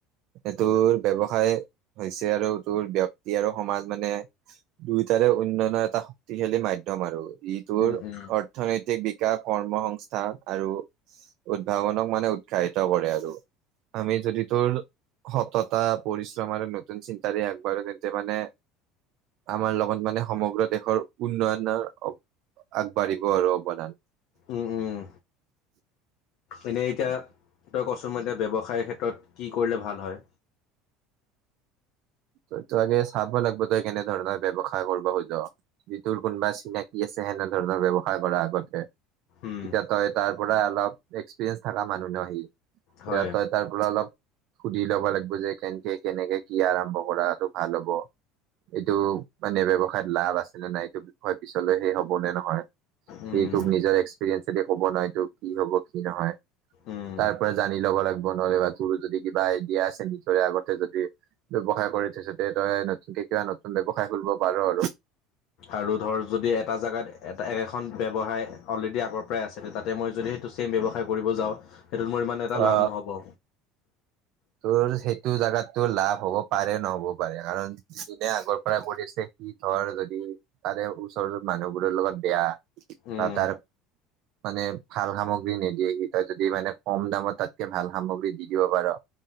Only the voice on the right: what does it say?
এইটোৰ ব্যৱসায় হৈছে আৰু তোৰ ব্যক্তি আৰু সমাজ মানে দুইটা উন্নয়নৰ এটা শক্তিশালী মাধ্যম আৰু ইটোৰ
অৰ্থনৈতিক বিকাশ কৰ্মসস্থ আৰু উদ্ভাৱনক মানে উৎসাহিত কৰে আৰু আমি যদি তোৰ সততা পৰিশ্ৰম আৰু নতুন চিন্তাৰে আগবাঢ়ো তেন্তে মানে আমাৰ লগত মানে সমগ্ৰ দেশৰ উন্নয়নৰ আগবাঢ়িব আৰু অৱদান
তই তো আগে চাব লাগিব তই কেনে ধৰণৰ ব্যৱসায় কৰিব খোজ যি তোৰ কোনোবা চিনাকি আছে তেনে ধৰণৰ ব্যৱসায় কৰাৰ আগতে
তেতিয়া তই তাৰ পৰা অলপ এক্সপিৰিয়েঞ্চ থকা মানুহ ন হি
এ তই তাৰ পৰা অলপ সুধি ল'ব লাগিব যে কেনেকে কেনেকে কি আৰম্ভ কৰাটো ভাল হ'ব এইটো মানে ব্যৱসায়ত লাভ আছিলে নাই এইটো বিষয় পিছলৈ সেই হব নে নহয়
এই তোক নিজৰ এক্সপেৰিয়েঞ্চে দি কৱ নহয় তোক কি হব কি নহয়
তাৰ পৰা জানি ল'ব লাগিব নহ'লে বা তোৰো যদি কিবা আইডিয়া আছে নিজৰে আগতে যদি ব্যৱসায় কৰি থৈছ তে তই নতুনকে কিবা নতুন ব্যৱসায় খুলিব পাৰ আৰু
অ
তোৰ সেইটো জাগাত তো লাভ হ'ব পাৰে নহ'ব পাৰে কাৰণ যোনে আগৰ পৰাই কৰিছে সি ধৰ যদি তাৰে ওচৰ মানুহবোৰৰ লগত বেয়া
বা তাৰ মানে ভাল সামগ্ৰী নিদিয়ে হি তই যদি মানে কম দামত তাতকে ভাল সামগ্ৰী দি দিব পাৰ